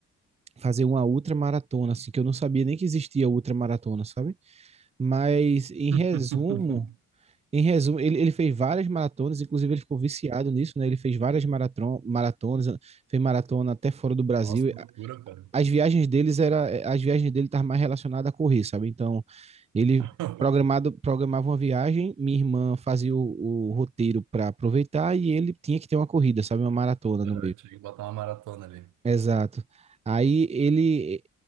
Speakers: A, on the right (about 20°); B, on the right (about 85°).
A: fazer uma ultramaratona, assim, que eu não sabia nem que existia ultramaratona, sabe? Mas em
B: <laughs>
A: resumo, em resumo, ele, ele fez várias maratonas, inclusive ele ficou viciado nisso, né? Ele fez várias maratron, maratonas, fez maratona até fora do Brasil.
B: Nossa, que
A: E
B: loucura,
A: a-
B: cara.
A: As viagens deles era, as viagens dele estavam mais relacionadas a correr, sabe? Então, ele
B: <laughs>
A: programado, programava uma viagem, minha irmã fazia o, o roteiro para aproveitar e ele tinha que ter uma corrida, sabe? Uma maratona
B: Aham,
A: no meio.
B: Tinha que botar uma maratona ali.
A: Exato. Aí ele.